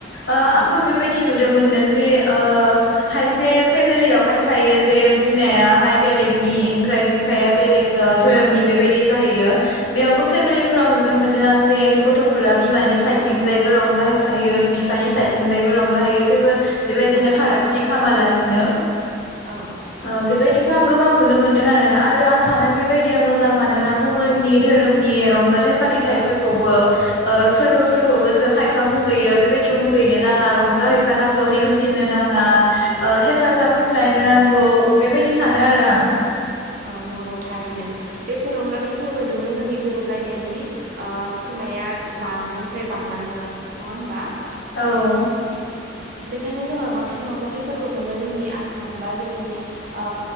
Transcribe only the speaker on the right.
औ
औ
औ
औ
औ
औ
औ नंगौ थारैनो बेफोर रंजाथाइ फोर्बोजोंनो जोंनि गोरोबलायनायनि ओ सिमाया बांनायनिफ्राय बांलाङो नङा होमबा?
बेखायनो जोङो बांसिन रंजाथाइ फोर्बोखौनो जोंनि आसाम बा जोंनि ओ